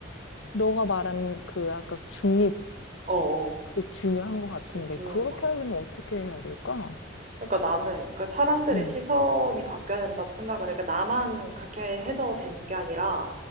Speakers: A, on the left; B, on the right.
A: 너가 말한 그 아까 중립,
B: 어어,
A: 그게 중요한 것 같은데,
B: 주- 중요한
A: 그렇게
B: 것 같아.
A: 하려면 어떻게 해야 될까?
B: 그러니까 나는, 그러니까 사람들의
A: 음,
B: 시선이 바뀌어야 된다고 생각을 해. 그러니까 나만 그렇게 해서 되는 게 아니라,